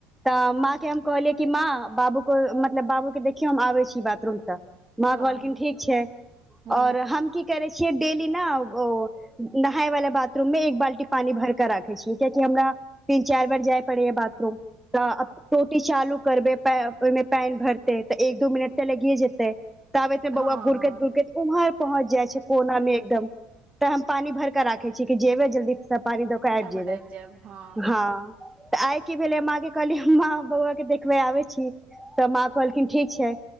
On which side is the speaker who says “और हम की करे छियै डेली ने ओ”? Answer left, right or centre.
Centre